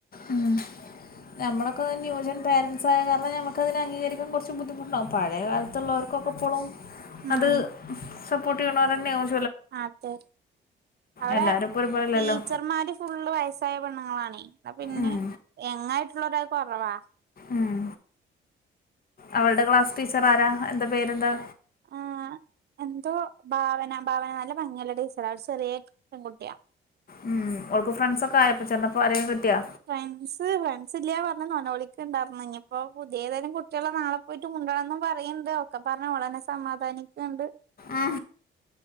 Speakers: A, on the left; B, on the right.
A: ഉം, നമ്മളൊക്കെ ന്യൂജൻ പേരൻസായ കാരണം ഒക്ക് അതിന അംഗീകരിക്കാൻ കുറച്ച് ബുദ്ധിമുട്ട് ഉണ്ടാകും, പഴയ കാലത്തുള്ളവർക്കൊക്കെ അപ്പൊളും
B: ഉം
A: അത്. സപ്പോർട്ട് ചെയ്യണവര് തന്നെ ആവും
B: അതെ അവിടെ
A: എല്ലാരും ഇപ്പോ ഒരുപോലല്ലല്ലോ
B: ടീച്ചർമാരും ഫുള്ള് വയസ്സായ പെണ്ണുങ്ങളാണെ, പിന്നെ
A: ഉം
B: എങ്ങായിട്ടുള്ളവര് കുറവാ.
A: ആം അവളടെ ക്ലാസ് ടീച്ചർ ആരാ? എന്താ പേരെന്താ?
B: ആഹ് എന്തോ ഭാവന, ഭാവന നല്ല ഭംഗിയള ടീച്ചറാ, ഒരു ചെറിയ പെൺകുട്ടിയാ
A: ഉം ഓൾക്ക് ഫ്രണ്ട്സ് ഒക്കെ ആയപ്പോ ചെന്നപ്പോ, ആരെങ്കിലും കിട്ടിയാ?
B: ഫ്രണ്ട്സ്, ഫ്രണ്ട്സ് ഇല്ല പറഞ്ഞന്ന പറഞ്ഞെ, അവൾക്ക്ഉണ്ടായിരുന്നു ഇനിയിപ്പോൊ പുതിയ ഏതേലും കുട്ടികുള്ള നാളെ പോയിട്ട് മുണ്ടണന്നും പറയിണ്ട് ഒക്ക പറഞ്ഞ അവളന്നെ സമാധാനിക്ക്ണ്ട്.
A: ആ